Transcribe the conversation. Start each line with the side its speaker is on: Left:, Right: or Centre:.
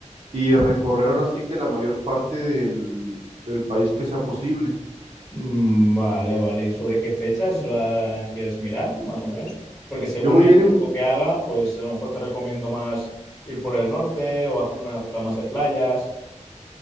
Right: y recorrer ahora sí que la mayor parte del, del país que sea posible.
Left: Mm, vale, vale. ¿Y sobre qué fechas eh, quieres mirar, más o menos? Porque según
Right: Yo voy
Left: el
Right: a ir
Left: tiempo
Right: en, ju-
Left: que haga, pues a lo mejor te recomiendo más ir por el norte o hacer una ruta más de playas.